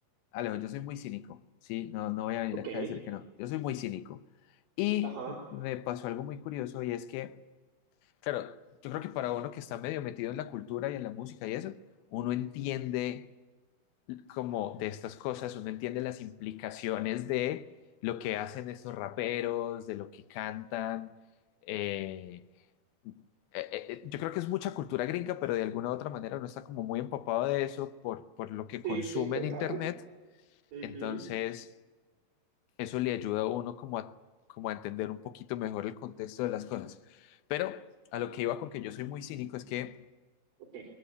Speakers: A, on the left; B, on the right.
A: Alejo, yo soy muy cínico, ¿sí? No, no voy a venir
B: ok,
A: acá a decir que no. Yo soy muy cínico. Y
B: ajá,
A: me pasó algo muy curioso y es que, claro, yo creo que para uno que está medio metido en la cultura y en la música y eso, uno entiende como de estas cosas, uno entiende las implicaciones de lo que hacen estos raperos, de lo que cantan. eh, eh, eh, eh, yo creo que es mucha cultura gringa, pero de alguna u otra manera uno está como muy empapado de eso por, por lo que consume
B: sí, sí, total.
A: en Internet.
B: Ujú,
A: Entonces, eso le ayuda a uno como a, como a entender un poquito mejor el contexto de las cosas. Pero a lo que iba con que yo soy muy cínico es que
B: ok.